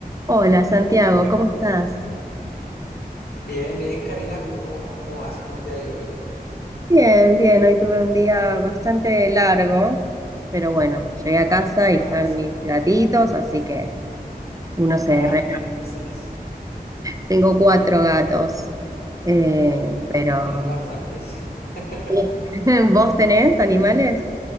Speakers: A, on the right; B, on the left.
A: Hola Santiago,
B: Hola.
A: ¿cómo estás?
B: Bien, bien, Karina, ¿tú cómo, cómo vas? ¿Cómo te ha ido hoy?
A: Bien, bien, hoy tuve un día bastante largo, pero bueno, llegué a casa y
B: Ah,
A: están
B: s-
A: mis gatitos, así que uno se
B: ah,
A: relaja.
B: ¿qué gaticos tienes?
A: Tengo cuatro gatos, eh,
B: Uf,
A: pero
B: tienes bastantes. <laughs>
A: sí. <laughs> ¿Vos tenés animales?